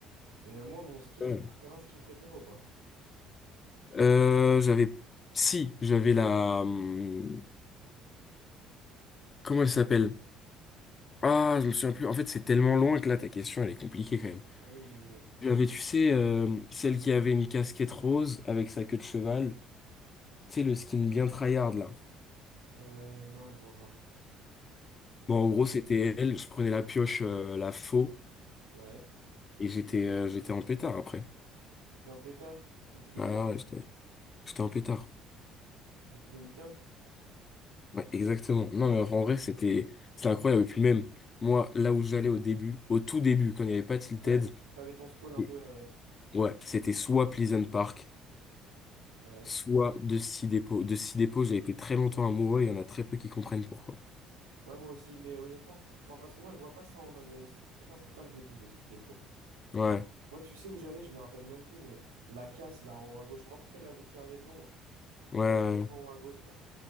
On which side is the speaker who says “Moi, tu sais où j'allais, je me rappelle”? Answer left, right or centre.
Right